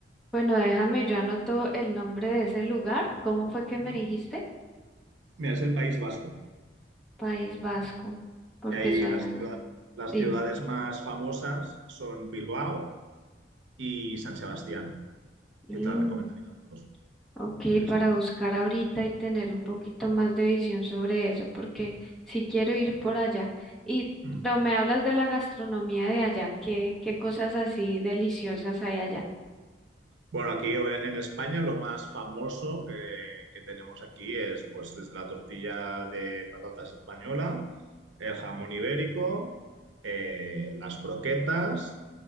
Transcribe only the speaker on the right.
Ujú.
Mira, es el País Vasco,
que ahí
las ciudad-
las
ciudades más famosas son Bilbao y San Sebastián,
que te las recomendaría a las dos.
Sí,
sí.
Ujú.
Bueno, aquí obvia- en España lo más famoso que, que tenemos aquí es pues desde la tortilla de patatas española, el jamón ibérico, eh, las croquetas